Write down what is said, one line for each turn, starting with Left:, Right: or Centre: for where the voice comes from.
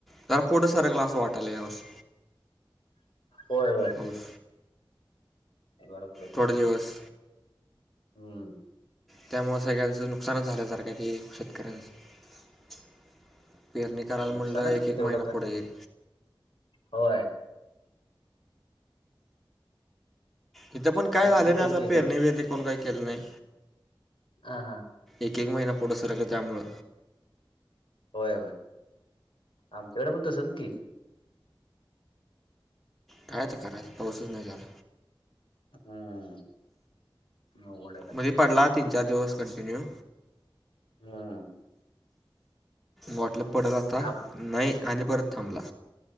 Centre: त्याला पुोटं सारकला असं वाटालंवस
Left: होय होय
Centre: खौश
Left: हेला पुढेसरले
Centre: थोडे दिवस
Left: हम्म
Centre: त्यामुळें सगळ्यांचं नुकसानच झाल्यासारखं तेी शेतकऱ्यांचं पेरणी करायला म्हणलं
Left: नुकसानच
Centre: एक
Left: कि
Centre: एक
Left: तेवढं
Centre: महिना
Left: तर
Centre: पुढे येईल
Left: होय
Centre: इिथं पण काय
Left: एक
Centre: झालं
Left: पीकच
Centre: नाही असं
Left: गेलं
Centre: पेरणी बिरणी कोण काही केलं नाही
Left: ह हा
Centre: एक एक महिना पुढं सरकला त्यामुळं
Left: होय होय आमच्याकड पण तसच की.
Centre: काय तर करायचं पावसच नाही झालं
Left: हम्म अवघड आहे सगळं.
Centre: मध्ये पडला तीन चार दिवस कंटिन्यू.
Left: हम्
Centre: वाटलं पडल आता
Left: आम
Centre: नाही आणि परत थांबला.